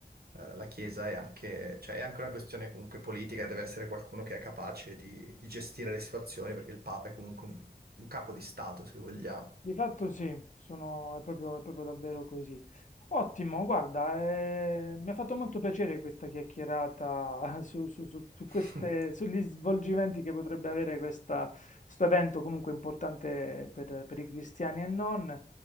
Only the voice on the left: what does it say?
di fatto sì, sono- è proprio, è proprio davvero così. Ottimo, guarda, eh, mi ha fatto molto piacere questa chiacchierata <laughs> su, su- su- su
queste- sugli svolgimenti che potrebbe avere questa- questo evento comunque importante per, per i cristiani e non.